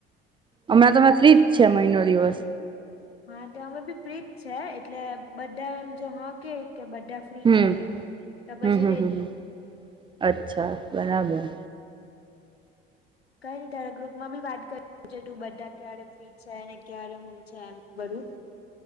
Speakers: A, on the right (about 15°); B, on the left (about 85°).
A: અમે તોમે ફ્રીજ છે મહિનો દિવસ.
B: હા તો અમે બી પ્રીત છે એટલે બધા એમ જો હા કે કે બધા ફ્રી
A: હમ
B: છે તો પછી
A: હમ હમ
B: રેડી.
A: હમ અચ્છા બરાબર.
B: કઈ ની તારા ગ્રુપમાં બી વાત કરી છે. તું બધા ક્યારે ફ્રી છે ને ક્યારે હું છે એમ બધું